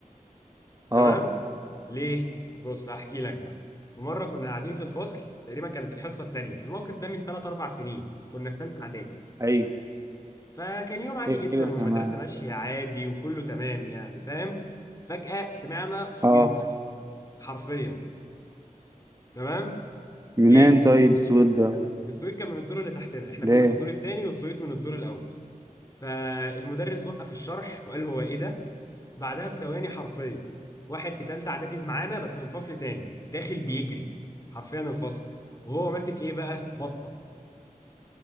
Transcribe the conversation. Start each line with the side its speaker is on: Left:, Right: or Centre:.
Left: تمام
Right: اه
Left: ليه؟ بص هحكي لك بقى في مرة كنا قاعدين في الفصل تقريبا كانت الحصة التانية الموقف ده من 3 4 سنين كنا في ثالثة إعدادي
Right: ايوه
Left: فكان يوم عادي
Right: ايوه
Left: جدا
Right: تمام
Left: والمدرسة ماشية عادي وكله تمام يعني فاهم فجأة سمعنا صويت
Right: اه
Left: حرفيا تمام
Right: منين
Left: ليه؟
Right: طيب السود ده
Left: الصويت كان من الدور اللي تحتنا احنا
Right: ليه
Left: كنا في الدور الثاني والصويت من الدور الأول فالمدرس وقف الشرح وقال هو ايه ده؟ بعدها بثواني حرفيا واحد في ثالثة إعدادي معانا بس من فصل تاني داخل بيجري حرفيا الفصل وهو ماسك ايه بقى؟ بطة